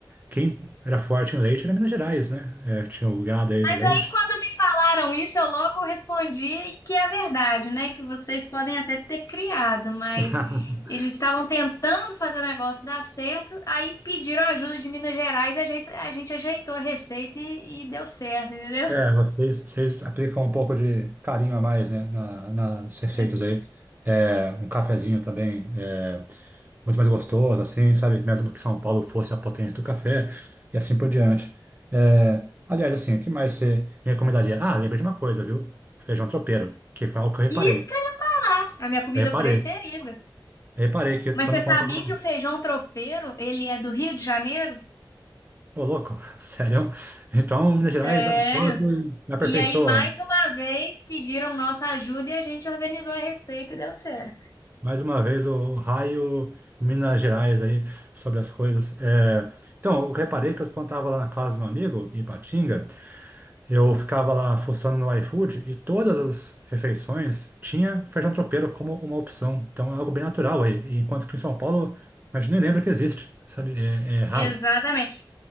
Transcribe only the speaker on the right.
quem era forte em leite era Minas Gerais, né? É, tinha o gado aí
do leite.
<laughs>
É, vocês, vocês aplicam um pouco de carinho a mais, né? Na, nas receitas
aí. É, um cafezinho também. é, muito mais gostoso, assim, sabe? Mesmo que São Paulo fosse a potência do café e assim por diante. É, aliás, assim, o que mais você me recomendaria? Ah, lembrei de uma coisa, viu? O feijão tropeiro, que foi algo que eu reparei.
Eu reparei.
Eu reparei que eu
tô
no
contato.
Ô, louco, <laughs> sério? Então, Minas
Gerais absorve e aperfeiçoa.
Mais uma vez, o raio Minas Gerais aí sobre as coisas. É, então, eu reparei que eu, quando estava lá na casa do meu amigo, em Ipatinga, Eu ficava lá fuçando no iFood e todas as refeições tinha feijão tropeiro como uma opção. Então é algo bem natural aí. E Enquanto que em São Paulo, a gente nem lembra que existe, sabe? É, é raro.